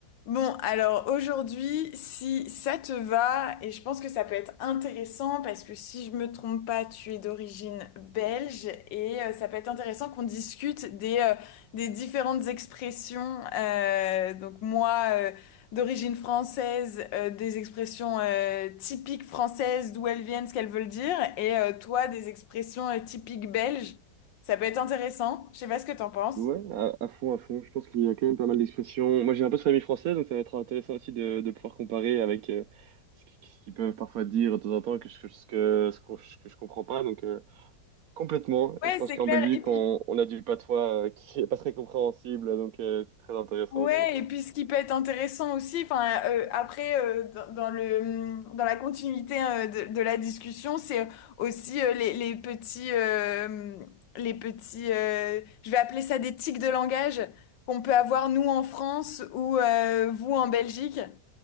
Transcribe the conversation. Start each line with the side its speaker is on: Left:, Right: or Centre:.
Left: Bon, alors aujourd'hui, si ça te va, et je pense que ça peut être intéressant parce que si je me trompe pas, tu es d'origine belge et euh, ça peut être intéressant qu'on discute des, euh, des différentes expressions. euh, donc moi, euh, d'origine française, euh, des expressions euh, typiques françaises, d'où elles viennent, ce qu'elles veulent dire, et euh, toi, des expressions euh, typiques belges. Ça peut être intéressant. Je sais pas ce que t'en penses.
Right: Ouais, à, à fond, à fond. Je pense qu'il y a quand même pas mal d'expressions. Moi, j'ai un peu de famille française, donc ça va être intéressant aussi de, de pouvoir comparer avec euh, ce qui- ce qu'ils peuvent parfois dire de temps en temps, que je, ce que, ce qu'on- ce que je comprends pas. Donc, euh, complètement.
Left: Ouais,
Right: Et je pense
Left: c'est
Right: qu'en
Left: clair.
Right: Belgique,
Left: Et puis,
Right: on, on a du patois euh, qui est pas très compréhensible, donc euh, c'est très intéressant
Left: Ouais,
Right: aussi.
Left: et puis ce qui peut être intéressant aussi, enfin euh, après euh, dans, dans le dans la continuité euh, de, de la discussion, c'est aussi euh, les, les petits euh, les petits euh, je vais appeler ça des tics de langage qu'on peut avoir nous en France ou euh, vous en Belgique,